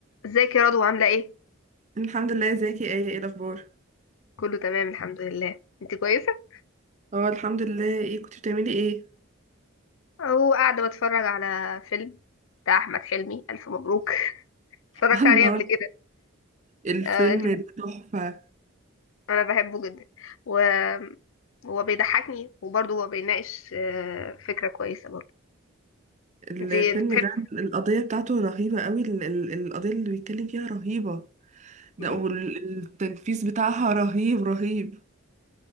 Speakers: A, on the left; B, on the right.
A: ازيك يا رضوى عاملة ايه؟
B: الحمد لله ازيك يا ايه ايه الاخبار
A: كله تمام الحمد لله انت كويسة؟
B: اه الحمد لله ايه كنت بتعملي ايه
A: اهو قاعدة بتفرج على فيلم بتاع احمد حلمي الف مبروك <laughs> اتفرجت
B: <laughs> الله
A: عليه قبل كده
B: الفيلم
A: آه انت
B: ده تحفة
A: انا بحبه جدا و هو بيضحكني وبرضه هو بيناقش آه فكرة كويسة برضه
B: ال-
A: انت انت
B: الفيلم
A: بتحب
B: ده القضية بتاعته رهيبة قوي ال- ال- القضية اللي بيتكلم فيها رهيبة ده
A: مهم.
B: والتنفيذ بتاعها رهيب رهيب